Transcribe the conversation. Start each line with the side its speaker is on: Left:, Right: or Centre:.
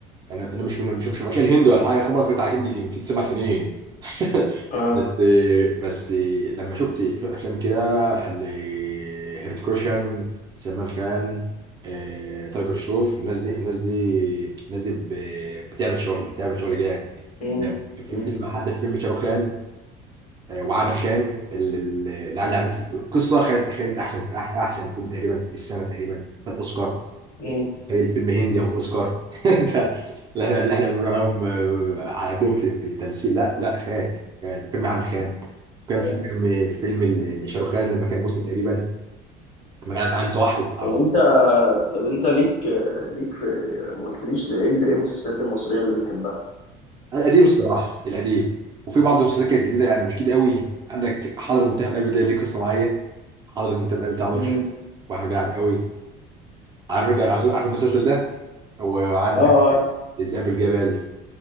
Right: انا انا مش من مش مش من عشان الهند ولا حاجه خبره اتفرجت على الهندي يجي من ست سبع سنين <laughs>
Left: اه
Right: بس بس لما شفت افلام كده لهيرت كروشان سلمان خان آه، تايجر شروف الناس دي الناس دي الناس دي ب- بتعمل شغل بتعمل شغل جامد
Left: امم
Right: في
Left: امم
Right: فيلم حتى في فيلم شاروخ خان آه، وعامر خان ال- ال- العيال ده عامل في- في- القصه خدت خدت احسن أح- احسن فيلم تقريبا في السنه تقريبا خد اوسكار
Left: امم
Right: زي الفيلم هندي ياخد اوسكار <laughs> ده لا- لا، احنا بنقول عليهم آه، على قدهم في في التمثيل لا لا خان كان فيلم عامل خان وكان
Left: حلو.
Right: فيلم فيلم ال- لشاروخ خان لما كان مسلم تقريبا لما كانت عنده توحد على
Left: طب
Right: الموضوع
Left: انت طب انت ليك آه، ليك في ما قلتليش لايه ال- ايه المسلسلات المصرية اللي بتحبها
Right: القديم الصراحه القديم وفي بعض المسلسلات كانت جديده يعني مش جديده قوي عندك حضر المتهم قوي ده ليه قصه معايا حضر المتهم قوي بتاع نور
Left: امم
Right: الشريف واحمد جلعد قوي عارف انت عارف انت المسلسل ده وعندك
Left: اه عارف.
Right: ذئاب الجبل